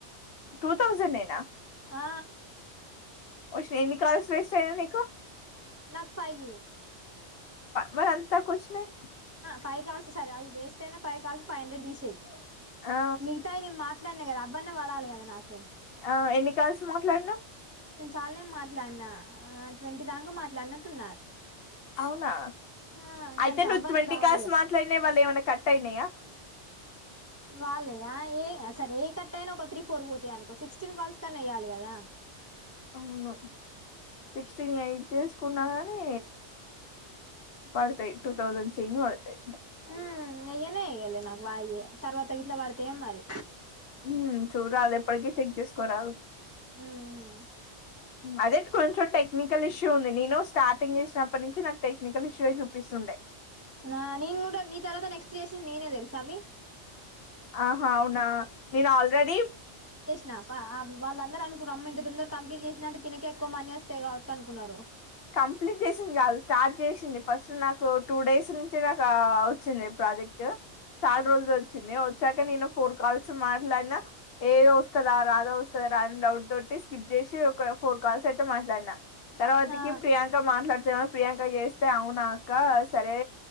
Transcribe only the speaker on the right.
ఆ
నక్ ఫైవ్
ఫైవ్ కాల్స్ సరే అవి వేస్ట్ అయినా ఫైవ్ కాల్స్ ఫైవ్ హండ్రెడ్ తీసేయి
మిగతాయి నేన్ మా దానే అవ్వన్న పడలేకద నాకు
నేను చాలానేం మాట్లాడినా ఆ ట్వంటీ దాకా మాట్లాడినట్టున్నా
ఆ కానీ
అవ్వన్న
రావాలిగా
వాళ్ళయా ఏ అ సర ఏ కట్ట అయినా ఒక త్రీ ఫోర్ పోతాయి అనుకో సిక్స్టీన్ కాల్స్ కన్నా ఏయ్యాలి కదా
ఉమ్ ఎయ్యనే ఎయ్యాలే నాకు వాయిే తర్వాత గిట్లా వాడతాయి ఏం మరి
ఉమ్
ఆ నేను కూడా నీ తర్వాత నెక్స్ట్ చేసింది నేనే తెల్సా అవి
నాప ఆవ్ వాళ్ళందరూ అనుకున్నమ్మా ఇంతతొందర కంప్లీట్ చేసంద అంటే తినకే ఎక్కువ మనీ వస్తయి కావచ్చు అనుకున్నారు
ఆ